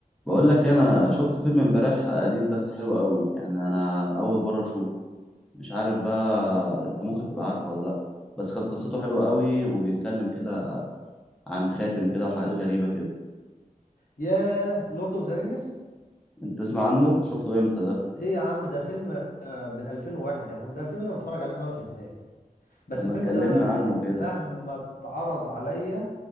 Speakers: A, in the centre; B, on the left (about 75°).
A: بقول لك إيه، انا شفت فيلم امبارح قديم بس حلو قوي يعني انا اول مره اشوفه مش عارف بقى انت ممكن تبقى عارفه ولا لا بس كانت قصته حلوه قوي وبيتكلم كده عن خاتم كده وحاجات غريبه كده
B: ياه لورد اوف ذا رينجز
A: انت تسمع عنه شفته امتى ده
B: ايه يا عم ده فيلم آه، من 2001 يا عم ده الفيلم ده انا متفرج عليه من وانا في الابتدائي بس
A: لما
B: الفيلم
A: اتكلمنا
B: ده من
A: عنه كده
B: مهما اتعرض عليا